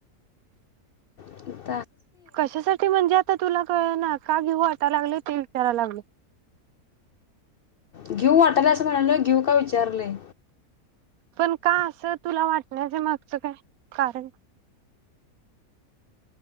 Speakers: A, on the left (about 75°); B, on the right (about 70°).
A: ह
B: कशासाठी म्हणजे आता तुला कळणात का घेऊ वाटा लागले ते विचाराय लागलोय
A: घेऊ वाटलय असं म्हणाल नाही घेऊ का विचारलय
B: पण का असं तुला वाटण्याच मागचं काय कारण